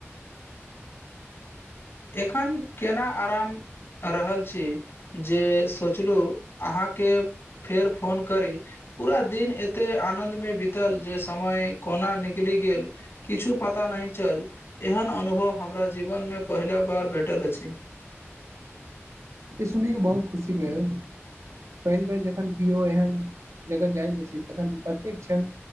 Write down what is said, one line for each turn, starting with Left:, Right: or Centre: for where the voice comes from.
Left: एखन केना आराम आ रहल छी जे सोचलहुँ अहाँके फेर फोन करी पूरा दिन एते आनद मे बीतल जे समय कोना निकलि गेल किछु पता नहि चल एहन अनुभव हमरा जीवन मे पहिला बार भेटल अछि
Right: ई सुनि के बहुत खुशी भेल पहिल बेर जखन केओ एहन जगह जाइत अछि तखन प्रत्येक्षण